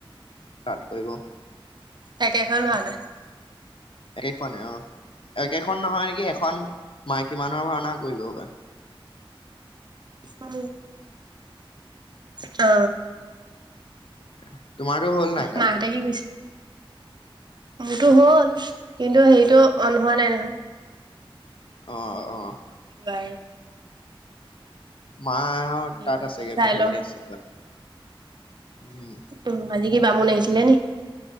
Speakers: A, on the left; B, on the right.
A: তাত কৰিব।
B: একেখন ভাওঁনা।
A: একে খনে, অ'। একেখন নহয় নেকি, এখন মা কিমানৰ ভাওঁনা কৰিব হ'বা।
B: <inaudible> অ'হ।
A: <inaudible> তোমাৰো হ'ল নাই
B: মাহঁতে
A: কালি?
B: কি কৰিছে মোৰতো হ'ল কিন্তু হেৰিটো অন হোৱা নাই নহয়।
A: অহ অহ।
B: বাৰু।
A: মা হত তাত
B: হয়
A: আছেগে
B: এতিয়া চাই
A: কথা
B: লওঁ
A: পাতি আছে, উম।
B: উম আজি কি বামুণ আহছিলে নি?